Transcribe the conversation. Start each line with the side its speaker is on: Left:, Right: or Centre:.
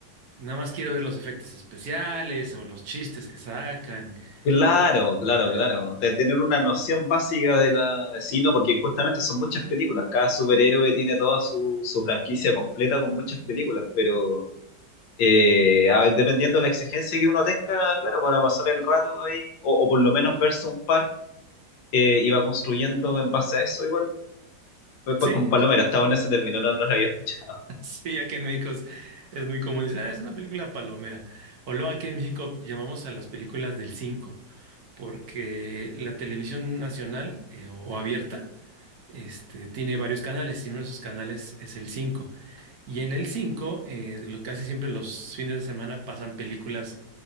Right: nada más quiero ver los efectos especiales o los chistes que sacan.
Left: Claro,
Right: la-
Left: claro,
Right: la-
Left: claro. De tener una noción básica de la de sí, no, porque justamente son muchas películas. Cada superhéroe tiene toda su, su franquicia completa con muchas películas, pero eh, a ver, dependiendo de la exigencia que uno tenga, claro, para pasar el rato ahí, o, o por lo menos verse un par, eh, y va construyendo en base a eso, igual, pues,
Right: Sí,
Left: pues, con Palomera, hasta bueno ese término, no, no lo había escuchado.
Right: <laughs> sí, aquí en México es, es muy común, dices, ah, es una película palomera. O luego aquí en México llamamos a las películas del cinco, porque la televisión nacional eh, o o abierta, Este, tiene varios canales y uno de esos canales es el cinco Y en el 5 eh, lo- casi siempre los fines de semana pasan películas